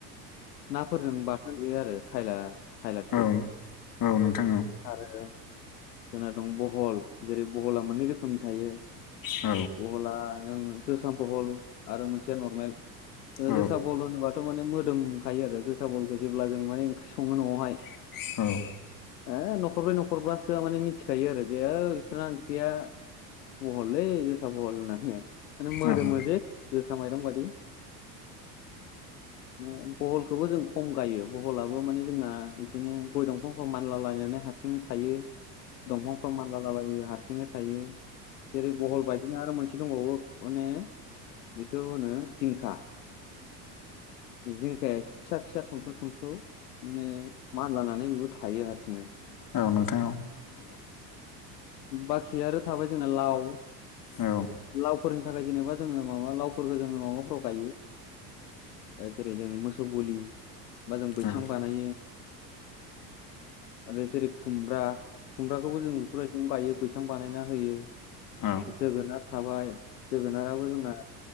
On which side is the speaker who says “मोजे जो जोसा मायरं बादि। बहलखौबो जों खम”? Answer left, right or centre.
Left